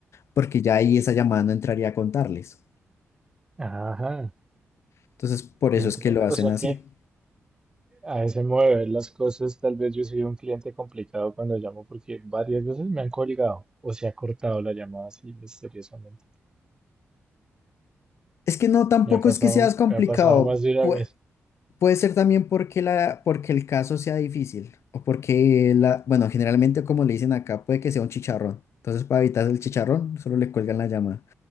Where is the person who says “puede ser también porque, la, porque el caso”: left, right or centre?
Left